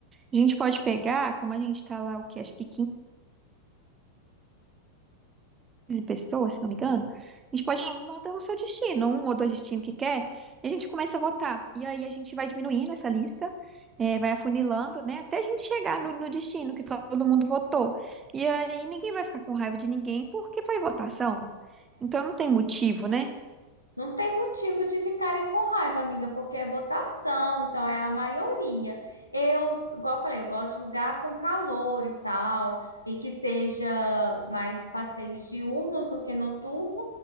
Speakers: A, on the right (about 20°); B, on the left (about 80°).
A: a gente pode pegar, como a gente tá lá, o quê? Acho que 15 pessoas, se não me engano, a gente pode dar uma do seu destino, um ou dois destinos que quer, e a gente começa a votar. E aí a gente vai diminuindo essa lista, é, vai afunilando, né, até a gente chegar no, no destino que todo mundo votou. E aí ninguém vai ficar com raiva de ninguém porque foi votação. Então não tem motivo, né?
B: Não tem motivo de ficarem com raiva, amiga, porque é votação, então é a maioria. Eu, igual eu falei, eu gosto de lugar com calor e tal, e que seja mais passeios diurnos do que noturno,